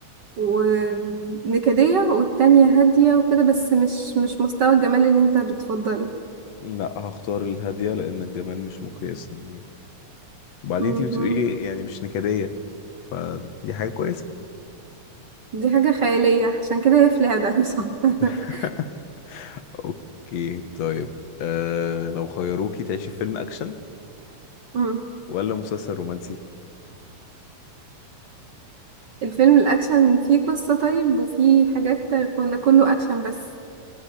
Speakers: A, on the right; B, on the left.
A: ونكدية والتانية هادية وكده بس مش مش مستوى الجمال اللي انت بتفضله
B: لا هختار الهاديه لان الجمال مش مقياس يعني وبعدين
A: مهم.
B: انت بتقولي يعني مش نكديه فدي حاجه كويسه
A: دي حاجة خيالية عشان كده هي في لعبة مش أكتر.
B: <laughs>
A: <laughs>
B: اوكي طيب آه لو خيروكي تعيشي في فيلم اكشن
A: مم.
B: ولا مسلسل رومانسي
A: الفيلم الأكشن فيه قصة طيب وفيه حاجات ولا كله أكشن بس